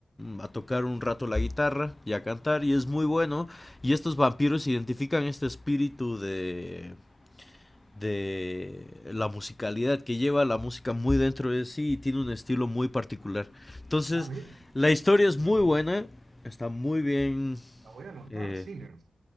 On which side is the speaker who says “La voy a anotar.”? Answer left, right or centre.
Right